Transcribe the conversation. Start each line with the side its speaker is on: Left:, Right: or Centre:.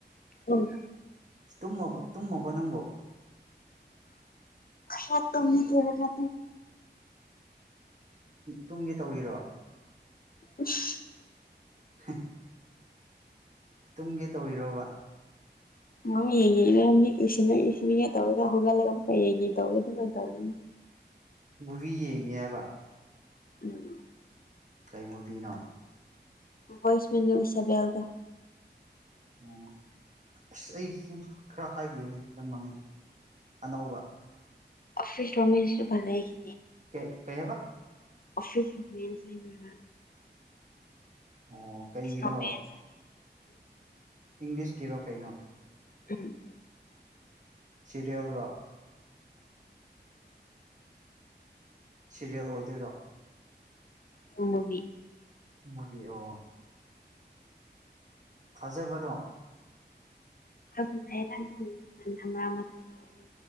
Left: ꯎꯝ
Right: ꯇꯨꯝꯃꯕ ꯇꯨꯝꯃꯕꯣ ꯅꯪꯕꯣ
Left: ꯁꯥꯠꯇꯝꯃꯤ ꯊꯔꯦꯅ
Right: ꯇꯨꯝꯒꯤ ꯇꯧꯔꯤꯔꯣ
Left: ꯏꯁ
Right: ꯍꯥ ꯇꯨꯡꯒꯤ ꯇꯧꯕꯔꯤꯔꯣꯕ
Left: ꯍ ꯌꯦꯡꯉꯉꯅꯤ ꯏꯁꯤꯉ ꯏꯁꯤꯅꯤꯡꯉꯦ ꯇꯧꯔꯒ ꯍꯧꯒꯠꯂꯒ ꯍꯌꯦꯡ ꯇꯧꯒ ꯑꯗꯨꯃꯥꯏꯅ ꯇꯧꯒꯅꯤ
Right: ꯃꯨꯚꯤ ꯌꯦꯡꯉꯤ ꯍꯥꯏꯕ
Left: ꯎꯝ
Right: ꯀꯩ ꯃꯨꯚꯤꯅꯣ
Left: ꯕꯣꯏꯁ ꯃꯅꯤꯁꯕ ꯌꯥꯦꯜꯗ
Right: ꯑꯣ ꯑꯁ ꯑꯩꯁꯨ ꯈꯔ ꯍꯥꯏꯕꯤꯌꯨꯅꯦ ꯑꯗꯨꯝ ꯃꯃꯤꯡ ꯑꯅꯧꯕ
Left: ꯑꯣꯐꯤꯁ ꯔꯃꯦꯁꯁꯨ ꯐꯂ ꯍꯥꯏꯒ
Right: ꯀꯩ ꯀꯩꯕ
Left: ꯑꯣꯐꯤꯁꯦꯟꯁꯕ
Right: ꯑꯣ ꯀꯩꯒꯤꯅꯣ
Left: ꯔꯣꯃꯦꯟꯁ
Right: ꯏꯪꯂꯤꯁꯀꯤꯔꯣ ꯀꯩꯅꯣ
Left: ꯎꯝ
Right: ꯁꯤꯔꯤꯦꯜ꯭ꯔꯣ ꯁꯤꯦꯔꯤꯌꯦꯜ ꯑꯣꯏꯗꯣꯏꯔꯣ
Left: ꯑꯣꯃꯕꯤ
Right: ꯃꯕꯤ ꯑꯣ ꯊꯥꯖꯕꯗꯣ
Left: ꯑꯗꯨ ꯍꯥꯏꯔ ꯇꯅꯤꯀꯥꯟ ꯀꯁꯨ ꯇ